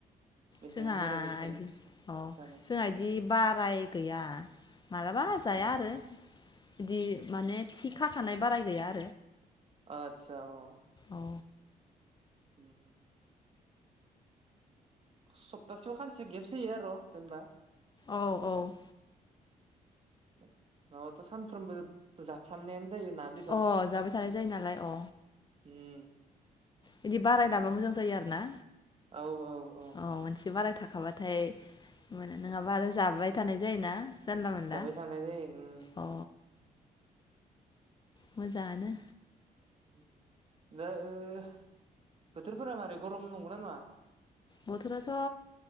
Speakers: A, on the right; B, on the left.
A: बेनिया
B: जोंहा
A: निरामिसखौनो
B: इदि अ
A: जानोसै
B: जोंहा बिदि बाराय गैया माबलाबा जाया
A: अ
B: आरो दि माने थि खाखानाय बाराय गैया आ
A: आदसा अ
B: औ
A: ओम सप्तासेयाव खानसे गेब्स जायो आरो' जेनेबा
B: औ औ।
A: नङाब्लाथ सानफ्रोमबो जाफ्रामनायानो जायो ना बेदर
B: अ जाबाय थानाय जायो नालाय अ।
A: उम
B: बिदि बाराय लाबा मोजां जायो आरो ना।
A: औ औ औ।
B: अ मोनसे बाराय थाखाबाथाय मोनो। नङाबा आरो जाबाय थानाय जायोना जानला मोनला
A: जाबाय थानाय जायो उम
B: अ। मोजाङानो।
A: <inaudible> दा ओ ओ बोथोरफोरा मारै गरम नंगौना नङा?
B: बोथोराथ